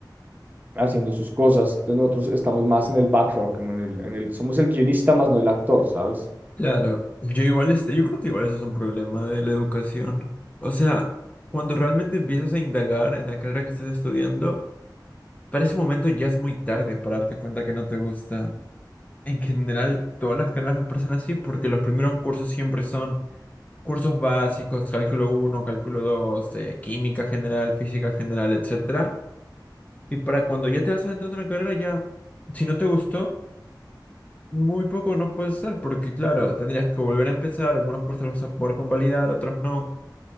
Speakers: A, on the right; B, on the left.
A: haciendo sus cosas. Entonces nosotros estamos más en el background, como en el, en el, somos el guionista más no el actor, ¿sabes?
B: Claro, yo igual este, yo creo que igual eso es un problema de la educación. O sea, cuando realmente empiezas a indagar en la carrera que estás estudiando, para ese momento ya es muy tarde para darte cuenta que no te gusta. En general, todas las carreras me parecen así porque los primeros cursos siempre son cursos básicos, cálculo uno cálculo dos eh, química general, física general, etcétera. Y para cuando ya te vas adentrando en la carrera, ya, si no te gustó, Muy poco no puede ser porque, claro, tendrías que volver a empezar, algunos cursos los vas a poder convalidar, otros no.